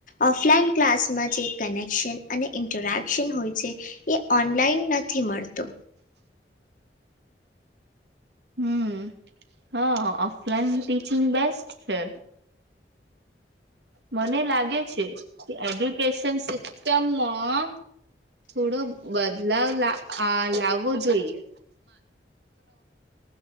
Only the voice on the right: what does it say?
હમ હા ઓફલાઈન ટીચિંગ બેસ્ટ છે મને લાગે છે એડ્યુકેશન સિ ચમાં થોડો બદલાવ લ આ લાવવો જોઈએ